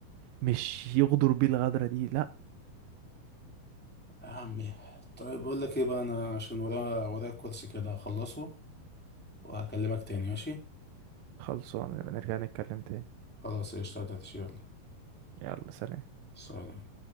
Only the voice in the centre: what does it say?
يا عمي طيب بقول لك ايه بقى انا عشان ورايا ورايا كورس كده هخلصه وهكلمك تاني ماشي
خلاص قشطة يا دردش يلا
سلام